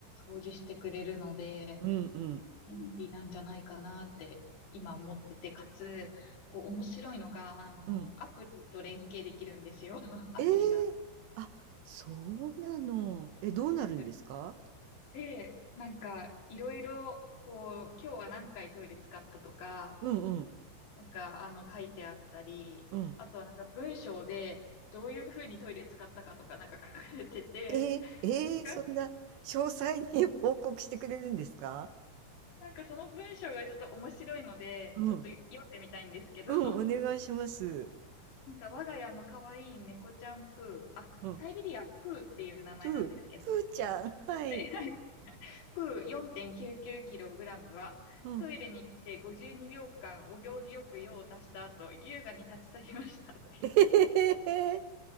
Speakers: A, on the left; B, on the right.
A: 掃除してくれるので、
B: うんうんうん。
A: 便利なんじゃないかなって今思ってて、
B: へえ
A: かつ、こう面白いのが、あの、
B: うん
A: アプリと連携できるんですよ。<laughs>
B: ええあ、
A: アプリが
B: そうなの。え、どうなるんですか
A: です。で、なんか、いろいろ、こう、今日は何回トイレ使ったとか、
B: うんうん
A: なんか、あの、書いてあったり、
B: うん。
A: あとはなんか文章で、どういうふうにトイレ使ったかとか、なんか書かれてて、
B: えー、えー、
A: が
B: そんな詳細に <laughs> 報告してくれるんですか
A: なんかその文章がちょっと面白いので、
B: うん。
A: ちょっと読んでみたいんですけど、
B: うん、
A: <laughs>
B: お願いします。
A: なんか、我が家の可愛い猫ちゃんプー、あ、
B: うん。
A: サイベリアンプーっていう名前なんですけど、
B: プー、プーちゃん。はい。
A: <laughs> 約 4.99kg は、
B: うん。
A: トイレに行って52秒間お行儀よく用を足した後、優雅に立ち去りましたっていう。
B: えへへへ。